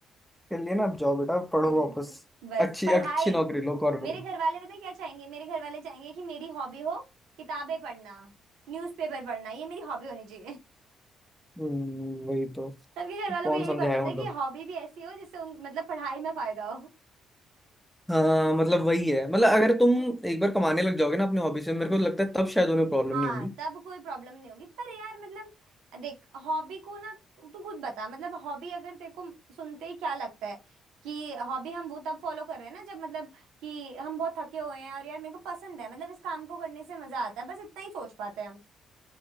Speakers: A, in the centre; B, on the right.
A: चलिए ना आप जाओ बेटा पढ़ो
B: राइट
A: वापस
B: है बस
A: अच्छी
B: पढ़ाई
A: अच्छी नौकरी लो कॉर्पोरेट
B: मेरे घर वाले पता है क्या चाहेंगे मेरे घर वाले चाहेंगे कि मेरी हॉबी हो किताबें पढ़ना न्यूज़पेपर पढ़ना ये मेरी हॉबी होनी चाहिए <laughs>
A: हम्म, वही तो
B: सबके घर वालों
A: कौन
B: को यही
A: समझाया
B: पसंद
A: उन
B: है कि
A: लोग
B: हॉबी भी ऐसी हो जिससे उन मतलब पढ़ाई में फायदा
A: हाँ मतलब वही है मतलब अगर
B: हो
A: तुम एक बार कमाने लग जाओगे ना अपने हॉबी से मेरे को लगता है तब शायद उन्हें प्रॉब्लम
B: हाँ
A: नहीं होगी
B: तब कोई प्रॉब्लम नहीं होगी पर यार मतलब देख हॉबी को ना तू खुद बता मतलब हॉबी अगर तेरे को सुनते ही क्या लगता है कि हॉबी हम वो तब फॉलो कर रहे हैं ना जब मतलब कि हम बहुत थके हुए हैं और यार मेरे को पसंद है मतलब इस काम को करने से मजा आता है बस इतना ही सोच पाते हैं हम